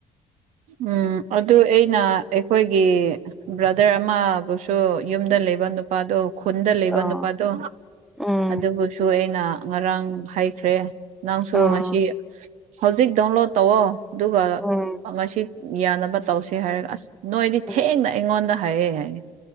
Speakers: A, on the right; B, in the centre.
A: ꯎꯝ ꯑꯗꯨ ꯑꯩꯅ ꯑꯩꯈꯣꯏꯒꯤ ꯕ꯭ꯔꯗꯔ ꯑꯃꯕꯨꯁꯨ ꯌꯨꯝꯗ ꯂꯩꯕ ꯅꯨꯄꯥꯗꯣ ꯈꯨꯟꯗ ꯂꯩꯕ
B: ꯑꯥ
A: ꯅꯨꯄꯥꯗꯣ
B: ꯎꯝ
A: ꯑꯗꯨꯕꯨꯁꯨ ꯑ <inaudible> ꯑꯩꯅ ꯉꯔꯥꯡ ꯍꯥꯏꯈ꯭ꯔꯦ ꯅꯪꯁꯨ
B: ꯑꯥ
A: ꯉꯁꯤ ꯍꯧꯖꯤꯛ ꯗꯥꯎꯟꯂꯣꯗ ꯇꯧꯑꯣ ꯑꯗꯨꯒ
B: ꯎꯝ
A: ꯉꯁꯤ ꯌꯥꯅꯕ ꯇꯧꯁꯤ ꯍꯥꯏꯔꯒ, ꯑꯁ ꯅꯣꯏꯗꯤ ꯊꯦꯡꯅ
B: ꯎꯝ
A: ꯑꯩꯉꯣꯟꯗ ꯍꯥꯏꯌꯦ